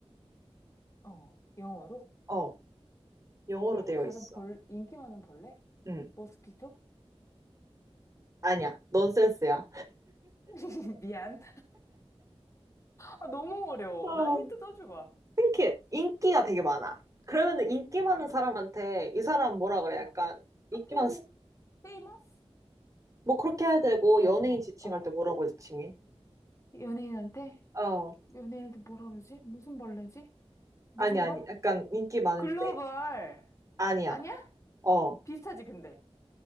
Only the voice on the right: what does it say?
어, 영어로
되어
있어.
응.
아니야, 넌센스야.
어,
힌
<laughs> 인기가 되게 많아. 그러면 인기 많은
사람한테 이 사람 뭐라
그래? 약간 인기
많은, 스-
뭐 그렇게 해야 되고
연예인
지칭할
때 뭐라고 지칭해?
어,
아니, 아니.
약간 인기 많을
때. 아니야.
어,